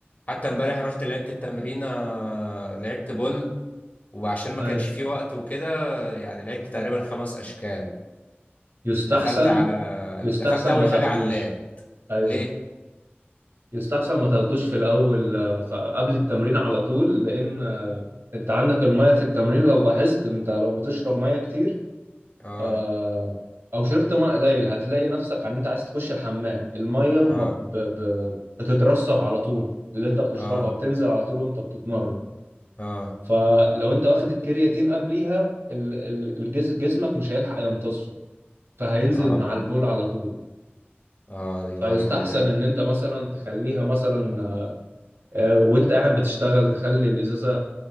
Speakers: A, on the left; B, on the right.
A: حتى امبارح رحت لعبت التمرينة لعبت بول وعشان ما
B: أيوة.
A: كانش فيه وقت وكده يعني لعبت تقريبا خمس أشكال
B: يستحسن
A: دخلت على
B: يستحسن
A: دخلت أول
B: ما تاخدوش
A: حاجة على اللات
B: ايوه
A: ليه؟
B: يستحسن ما تاخدوش في الاول آه، ف- قبل التمرين على طول لان آه، انت عندك المية في التمرين لو لاحظت انت لو بتشرب مية كتير
A: اه
B: آه، او شربت ماء قليل هتلاقي نفسك ان انت عايز تخش الحمام الميه
A: اه
B: ما ب... ب... بتترسب على طول اللي انت بتشربها
A: اه
B: بتنزل على طول وانت بتتمرن
A: اه
B: فلو انت واخد الكرياتين قبليها ال... ال... الجس... جسمك مش هيلحق يمتصه فهينزل
A: اه
B: مع البول على طول
A: اه دي معلومة
B: فيستحسن
A: جديدة
B: ان انت مثلا تخليها مثلا آه، وانت قاعد بتشتغل تخلي الازازه